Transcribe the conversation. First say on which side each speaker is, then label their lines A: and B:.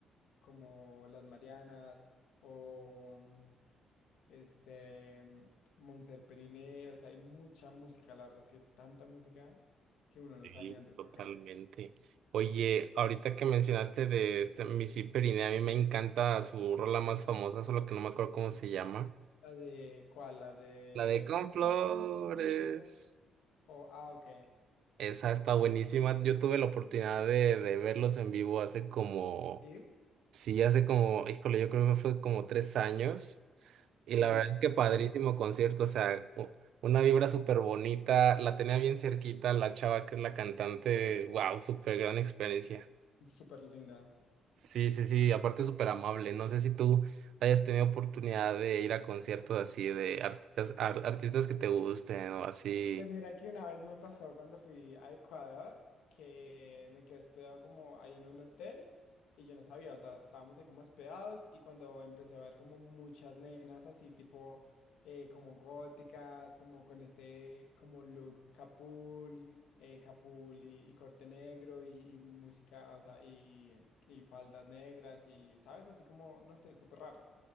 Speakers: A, on the left (about 80°); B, on the right (about 70°).
A: como Las Marianas o... mm, este, Monser Periné, o sea, hay mucha música, la verdad es que es tanta música que uno no
B: Sí,
A: sabe ni dónde escoger.
B: totalmente. Oye, ahorita que mencionaste de este Missy Periné, a mí me encanta su rola más famosa, solo que no me acuerdo cómo se llama.
A: La de, ¿cuál? La de
B: La de Con
A: Bailar
B: Flores.
A: contigo. Oh, ah, ok.
B: Esa está buenísima. Yo tuve la oportunidad de, de verlos en vivo hace como,
A: ¿Sí?
B: sí, hace como, híjole, yo creo que fue como tres años. Y
A: No,
B: la verdad es que padrísimo concierto, o sea, u- una vibra súper bonita. La tenía bien cerquita la chava que es la cantante. Wow, súper gran experiencia.
A: es súper linda.
B: Sí, sí, sí, aparte súper amable. No sé si tú hayas tenido oportunidad de ir a conciertos así de artistas, ar- artistas que te gusten o así.
A: Pues mira que una vez me pasó cuando fui a Ecuador que me quedé hospedado como ahí en un hotel y yo no sabía, o sea, estábamos ahí como hospedados y cuando empecé a ver como muchas nenas así tipo eh, como góticas, como con este como look capul, eh, capul y, y corte negro y, y música, o sea, y, y faldas negras y, ¿sabes? Así como, no sé, súper raro.